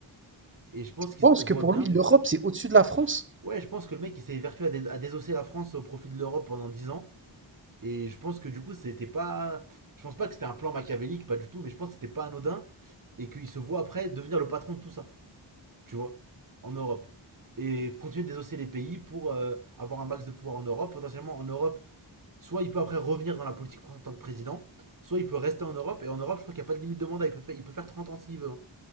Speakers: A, on the right (about 45°); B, on the right (about 25°).
A: Et je pense
B: Je
A: qu'il
B: pense
A: se
B: que
A: voit
B: pour
A: bien.
B: lui, l'Europe,
A: Je-
B: c'est au-dessus de la France.
A: Ouais, je pense que le mec il s'est vertu à, dé- à désosser la France au profit de l'Europe pendant 10 ans. Et je pense que du coup, c'était pas. Je pense pas que c'était un plan machiavélique, pas du tout, mais je pense que c'était pas anodin et qu'il se voit après devenir le patron de tout ça, tu vois, en Europe. Et continuer de désosser les pays pour euh, avoir un max de pouvoir en Europe. Potentiellement en Europe, soit il peut après revenir dans la politique française en tant que président, soit il peut rester en Europe. Et en Europe, je crois qu'il n'y a pas de limite de mandat, il peut faire, il peut faire 30 ans s'il veut. hein.